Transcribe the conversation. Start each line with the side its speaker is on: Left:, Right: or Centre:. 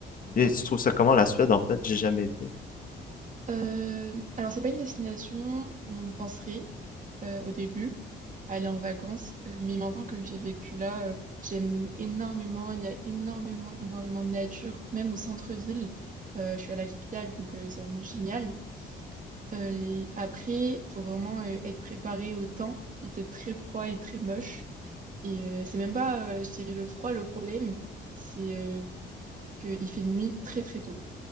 Left: Et
Right: oui.
Left: tu trouves ça comment la Suède, en fait? J'ai jamais été.
Right: Euh, alors, c'est pas une destination, on penserait, euh, au début, aller en vacances. Euh, mais maintenant que j'ai vécu là, euh, j'aime énormément. Il y a énormément, énormément de nature, même au centre-ville. Euh, je suis à la capitale, donc euh, c'est vraiment génial. Euh, et après, il faut vraiment euh, être préparé au temps. Il fait très froid et très moche. Et euh, c'est même pas, euh, je dirais, le froid le problème, c'est euh, qu'il fait nuit très très tôt.